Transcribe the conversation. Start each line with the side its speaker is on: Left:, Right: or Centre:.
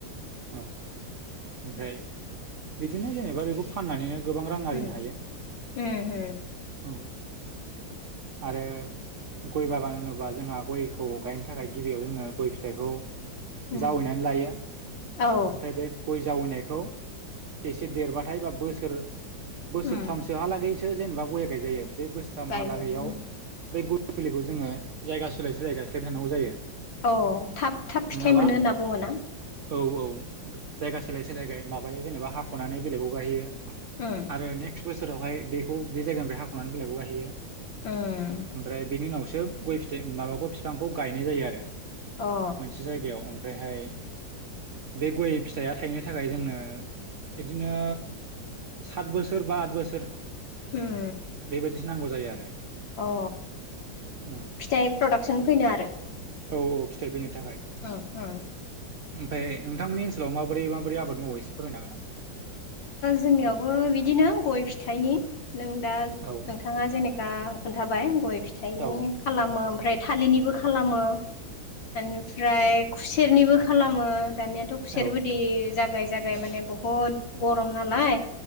Right: औ ओमफ्राय बिदिनो जेनेबा बेखौ फाननानैनो गोबां रां आरजिनो
Left: उम
Right: हायो
Left: उम
Right: औ।
Left: <inaudible>
Right: आरो गय बागान होनोबा जोंहा गयखौ गायनो थाखाय गिबियाव जोङो गय फिथाइखौ
Left: उम
Right: जावैनानै लायो
Left: औ
Right: ओमफ्राय बे गय जावैनायखौ एसे देरबाथाय बा बोसोर बोसोरथामसोहालागै
Left: उम
Right: सो जेनेबा गया गायजायो बे बोसोरथामहा
Left: गायजायो
Right: लागौयाव
Left: उम
Right: बे गय फुलिखौ जोङो जायगा सोलाय सोलाय गायस्लायबाय थानांगौ जायो।
Left: औ थाब थाब
Right: नङाबा
Left: फिथाइ मोनो होनना बुङो ना?
Right: औ औ जायगा सोलाय सोलाय गाय माबायो जेनेबा हाख'नानै बेलेगाव गायहैयो
Left: उम
Right: आरो नेक्स्ट बोसोरावहाय बेखौ बे जायगानिफ्राय हाख'नानै बेलेगाव गायहैयो।
Left: उम
Right: ओमफ्राय बेनि उनावसो गय फिथाइ माबाखौ बिफांखौ गायनाय जायो आरो।
Left: अ
Right: मोनसे जायगायाव ओमफ्रायहाय बे गय फिथाइया थाइनो थाखाय जोंनो बिदिनो सत बोसोर बा आद बोसोर
Left: उम
Right: बेबायदिसो नांगौ जायो आरो।
Left: अ
Right: उम,
Left: फिथाइ प्रडाक्सन फैनो आरो?
Right: औ औ। फिथाइ फैनो
Left: उम
Right: थाखाय
Left: उम।
Right: ओमफ्राय नोंथांमोननि ओनसोलाव माबोरै माबोरै आबाद मावो एसे फोररायनो हागोन नामा?
Left: जोंनियावबो बिदिनो गय फिथाइनि नों दा
Right: हागोन
Left: नोंथाङा जेनेखि खोन्थाबाय गय फिथाइनि
Right: नामा? औ
Left: खालामो। ओमफ्राय थालिरनिबो खालामो एनिफ्राय खुसेरनिबो खालामो। दानियाथ' खुसेरबो
Right: औ
Left: दै जागाय जागाय माने बहुद गरम नालाय।